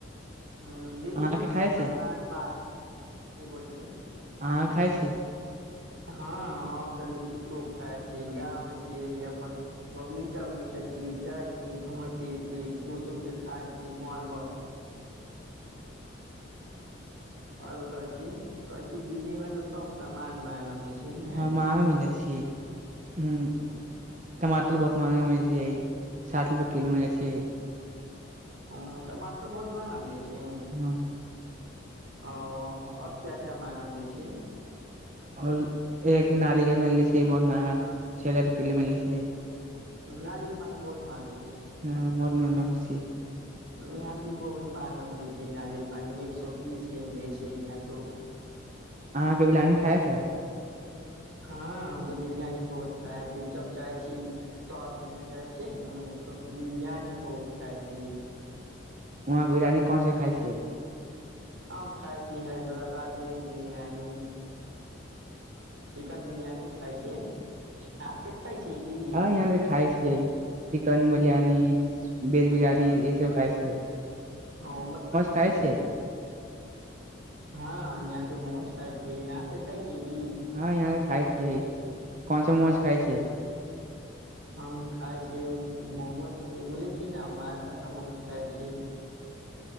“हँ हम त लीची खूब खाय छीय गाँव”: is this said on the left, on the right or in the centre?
Right